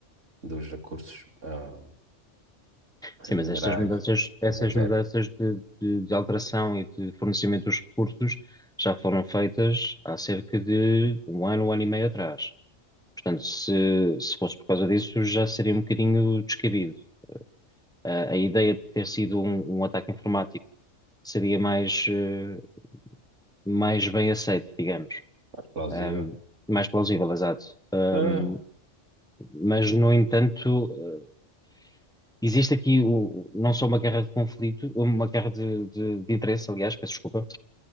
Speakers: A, on the right; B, in the centre.
A: dos recursos ah,
B: sim, mas
A: minerais,
B: estas mudanças, essas
A: energéticos,
B: mudanças de, de, de alteração e de fornecimento dos recursos já foram feitas há cerca de um ano, um ano e meio atrás. Portanto, se, se fosse por causa disso, já seria um bocadinho descabido. a a ideia de ter sido um, um ataque informático seria mais, eh, mais bem aceito, digamos,
A: explosiva.
B: Ahm, mais plausível, exato. Ahm,
A: Ah,
B: mas, no entanto, eh, existe aqui o- não só uma guerra de conflito, uma guerra de, de, de interesse, aliás, peço desculpa,